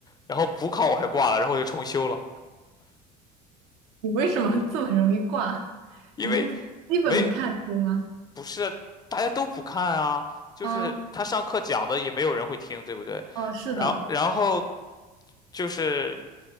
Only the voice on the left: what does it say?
然后补考我还挂了，然后我就重修了，
因为
没有。不是大家都不看啊，就是他上课讲的也没有人会听，
对不对？
然后然后就是